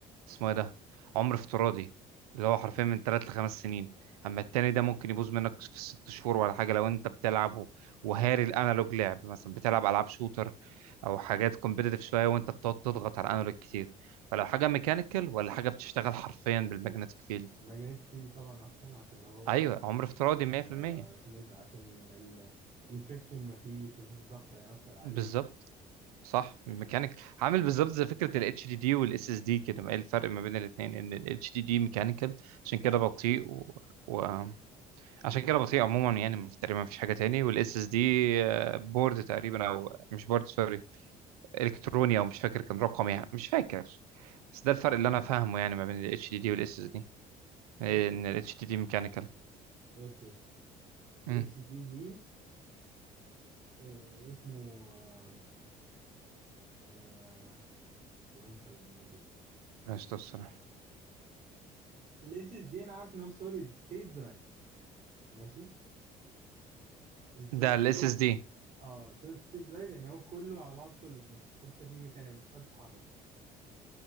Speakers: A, on the right; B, on the right.
A: اسمه ايه ده عمر افتراضي اللي هو حرفيا من 3 لخمس سنين اما التاني ده ممكن يبوظ منك في ست شهور ولا حاجه لو انت بتلعب و- وهاري الانالوج لعب مثلا بتلعب العاب شوتر او حاجات كومبيتيتيف شويه وانت بتقعد تضغط على الانالوج كتير فلو حاجه ميكانيكال ولا حاجه بتشتغل حرفيا بالماجنتيك فيلد
B: الماجنيتيك فيل طبعا احسن عشان هو
A: ايوه عمر افتراضي 100%
B: آه، اسمه ايه ده عشان ال... الفريكشن مفيش مفيش ضغط هيأثر عليه
A: بالظبط صح ميكانيك عامل بالظبط زي فكره الاتش دي دي والاس اس دي كده ما ايه الفرق ما بين الاثنين ان الاتش دي دي ميكانيكال عشان كده بطيء و... و... عشان كده بطيء عموما يعني مف- تقريبا مفيش حاجه تاني والاس اس دي بورد تقريبا او مش بورد سوري الكتروني او مش فاكر كان رقم يعني مش فاكر بس ده الفرق اللي انا فاهمه يعني ما بين الاتش دي دي والاس اس دي ان
B: بص يا اسطى
A: الاتش دي دي ميكانيكال
B: بص يا اسطى ال
A: امم
B: اتش دي دي آه، اسمه آه، آه، اللهم صل على النبي
A: ماشي توصل
B: الاس اس اس دي انا عارف ان هو سوليد ستيت درايف ماشي السوليد
A: ده الاس
B: ستيت
A: اس دي
B: اه سوليد ستيت درايف يعني هو كله على بعض سوليد مفيش حته فيه ميكانيكا مفيش حته تتحرك